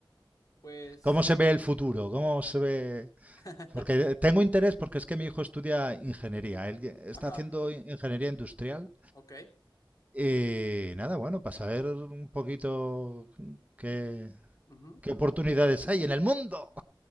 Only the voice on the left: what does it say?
Pues,
<laughs>
ajá,
ok.
Ujú.